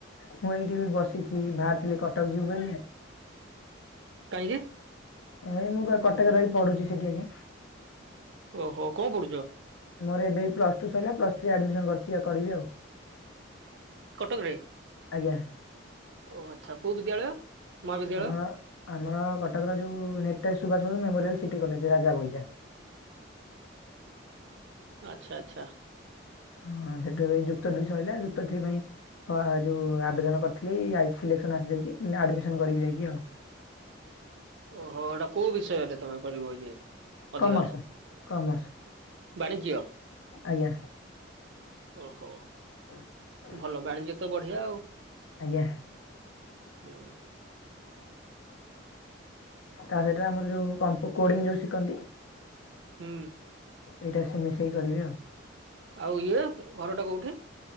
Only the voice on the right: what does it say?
କାହିଁକି?
ଓହୋ କଣ ପଡୁଛ?
କଟକରେ?
ଓ ଆଚ୍ଛା କୋଉ ବିଦ୍ୟାଳୟ? ମହାବିଦ୍ୟାଳୟ
ଆଚ୍ଛା ଆଚ୍ଛା
ଓହୋ ଏଇଟା କୋଉ ବିଷୟରେ ତମେ କରିବ ଇଏ? ଅଧ୍ୟୟନ
ବାଣିଜ୍ୟ?
ଓହୋ
ଭଲ ବାଣିଜ୍ୟ ତ ବଢିଆ ଆଉ।
ହୁଁ
ହୁଁ
ଆଉ ଇଏ ଘରଟା କୋଉଠି?